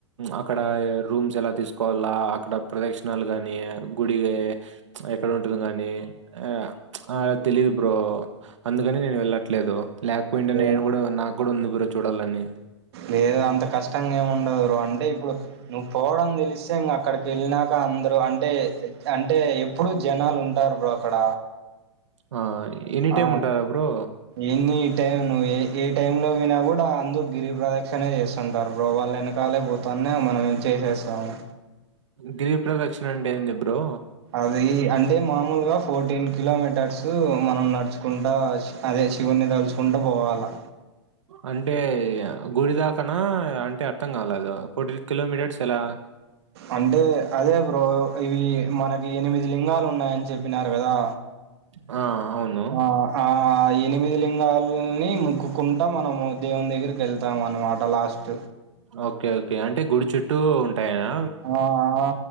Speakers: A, on the right; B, on the right.
A: అక్కడ రూమ్స్ ఎలా తీసుకోవాలా అక్కడ ప్రదక్షిణాలు కాని గుడిగా ఎక్కడ ఉంటది కానీ ఆ అలా తెలీదు బ్రో అందుకని నేను వెళ్ళట్లేదు లేకపోయిటే
B: లేదా
A: నేను కూడా నాకు కూడా ఉంది బ్రో చూడాలని
B: లేదో అంత కష్టంగా ఏం ఉండదు బ్రో అంటే ఇప్పుడు నువ్వు పోవడం తెలిస్తే ఇంకా అక్కడికి వెళ్ళాక అందరు అంటే అంటే ఎప్పుడు జనాలు ఉంటారు బ్రో అక్కడ
A: ఆ ఎనీ టైమ్
B: ఆ
A: ఉంటారా బ్రో
B: ఎన్ని టైం నువ్వు ఏ టైమ్ లో పోయిన కూడా అందరు గిరి ప్రదక్షణే చేస్తుంటారు బ్రో వాళ్ళ వెనకాలే పోతాను అన్న మనం చేసేస్తాము
A: గిరిప్రదక్షిణ అంటేంది ఏంది బ్రో
B: అది అంటే మామూలుగా ఫోర్టీన్ కిలోమీటర్స్ మనం నడుచుకుంటా అదే శివుని తలుచుకుంటూ పోవాలి
A: అంటే గుడి దాకానా అంటే అర్థం కాలేదు ఫోర్టీన్ కిలోమీటర్స్ ఎలా
B: అంటే అదే బ్రో ఇవి మనకి ఎనిమిది లింగాలు ఉన్నాయని చెప్పినారు కదా
A: ఆ అవును
B: ఆ ఆ ఎనిమిది లింగాల్ని మొక్కుకుంటా మనము, దేవుని దగ్గరికి వెళ్తాం అన్నమాట లాస్ట్
A: ఓకే ఓకే అంటే గుడి చుట్టూ ఉంటయనా?
B: ఆ ఆ